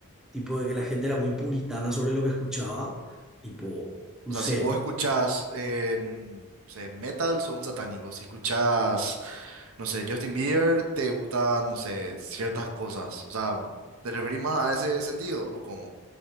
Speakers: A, in the centre; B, on the right.
A: tipo de que la gente era muy puritana sobre lo que escuchaba, tipo, no
B: O sea,
A: sé.
B: si vos escuchás, eh, mm, no sé, metal, sos un satánico. Si escuchás, no sé, Justin Bieber, te gustan, no sé, ciertas cosas. O sea, ¿te referís más a ese sentido o cómo?